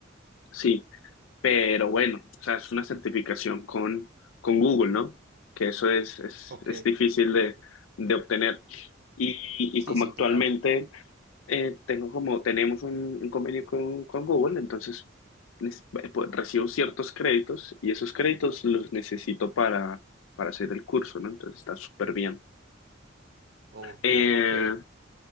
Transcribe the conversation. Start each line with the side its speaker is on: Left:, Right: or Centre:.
Left: sí, pero bueno, o sea, es una certificación con, con Google, ¿no? Que eso es, es,
Right: ok,
Left: es difícil de, de obtener. Y,
Right: sí,
Left: y como
Right: sí,
Left: actualmente
Right: total,
Left: eh, tengo como, tenemos un, un convenio con, con Google, entonces nes- eh, pues, recibo ciertos créditos y esos créditos los necesito para, para hacer el curso, ¿no? Entonces está súper bien.
Right: ok,
Left: Eh,
Right: ok,